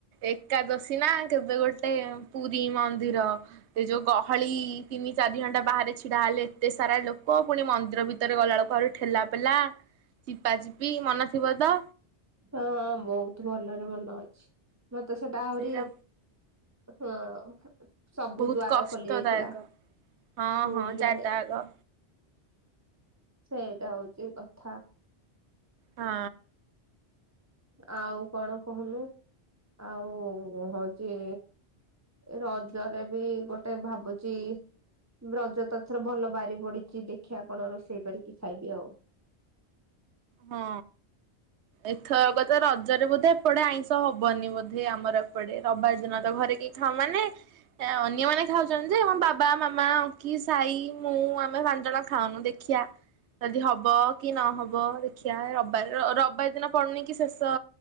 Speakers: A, on the right (about 85°); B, on the right (about 15°).
A: ଏକାଦଶୀ ନା କେବେ ଗୋଟେ ପୁରୀ ମନ୍ଦିର। ସେ ଯୋଉ ଗହଳି ତିନି ଚାରି ଘଣ୍ଟା ବାହାରେ ଛିଡ଼ା ହେଲେ ଏତେ ସାରା ଲୋକ ପୁଣି ମନ୍ଦିର ଭିତରେ ଗଲାବେଳକୁ ଆହୁରି ଠେଲାପେଲା ଚିପା ଚିପ ବି ମନ ଶିବଦା
B: ହଁ ବହୁତ ଭଲରେ ମନ ଅଛି। ମତେ ସେଟ ଆହୁରି
A: ସେଇଟା
B: ହଁ। ସବୁ
A: ବହୁତ
B: ଦ୍ଵାର
A: କଷ୍ଟଦାୟକ
B: ଖୋଲି ଯାଇଥିଲା
A: ହଁ
B: ପୁରୀରେ
A: ହଁ ଚାରିଟ ଆକ
B: ସେଇଟା ହଉଛି କଥା।
A: ହଁ।
B: ଆଉ କଣ କହୁନୁ ଆଉ ହଉଛି ରଜରେ ବି ଗୋଟେ ଭାବୁଛି ରଜ ତ ଥର ଭଲ ବାରି ପଡିଛି ଦେଖିବା କଣ ରୋଷେଇ କରିକି ଖାଇବି ଆଉ।
A: ହଁ ଏଥର କଥା ରଜରେ ବୋଧେ ଏପଟେ ଆଇଁଷ ହବନି ବୋଧେ ଆମର ଏପଟେ ରବାର ଦିନ ତ ଘରେ କେହି ଖାଉ ମାନେ ଅନ୍ୟମାନୋନେ ଖାଉଛନ୍ତି। ଯେ ଆମ ବାବା ମାମା କି ସାଇ ମୁଁ ଆମେ ପାଞ୍ଚ ଜଣ ଖାଉନୁ ଦେଖିଆ ଯଦି ହବ କି ନହବ ଶଖିଆ ରବାର ରବାର ଦିନ ପଡନି କି ଶେଷ